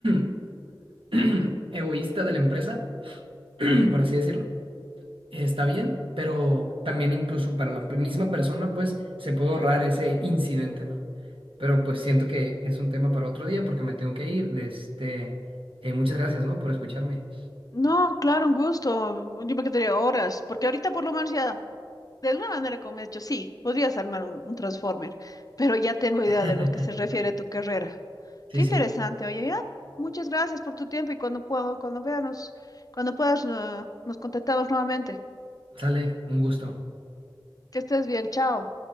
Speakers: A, on the right; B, on the left.
A: <clears throat> egoísta de la empresa, <clears throat> por así decirlo, está bien, pero también incluso para la misma persona, pues se puede ahorrar ese incidente, ¿no? Pero pues siento que es un tema para otro día porque me tengo que ir. Este, eh, muchas gracias, ¿no? Por escucharme.
B: No, claro, un gusto. Yo me quedaría horas, porque ahorita por lo menos ya De alguna manera como he hecho, sí, podrías armar un, un Transformer, pero ya tengo idea
A: <laughs>
B: de lo que se refiere a tu carrera.
A: Sí,
B: Qué interesante,
A: sí,
B: oye, ya. Muchas gracias por tu tiempo y cuando puedo, cuando veamos, cuando puedas, eh, nos contactamos nuevamente.
A: sale, un gusto.
B: Que estés bien, chao.